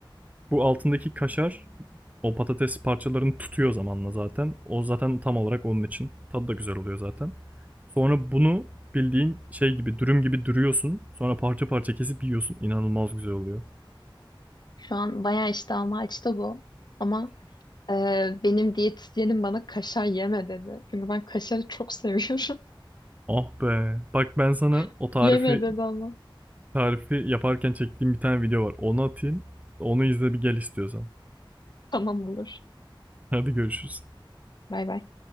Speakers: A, on the right; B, on the left.
A: Bu altındaki kaşar o patates parçalarını tutuyor zamanla zaten. O zaten tam olarak onun için. Tadı da güzel oluyor zaten. Sonra bunu bildiğin şey gibi dürüm gibi dürüyorsun. Sonra parça parça kesip yiyorsun. İnanılmaz güzel oluyor.
B: Şu an bayağı iştahım açtı bu. Ama e, benim diyetisyenim bana kaşar yeme dedi. Çünkü ben kaşarı çok seviyorum.
A: Ah be. Bak ben sana
B: <laughs>
A: o tarifi
B: Yeme dedi ama.
A: tarifi yaparken çektiğim bir tane video var. Onu atayım. Onu izle bir gel istiyorsan.
B: Tamam olur.
A: Hadi görüşürüz.
B: Bay bay.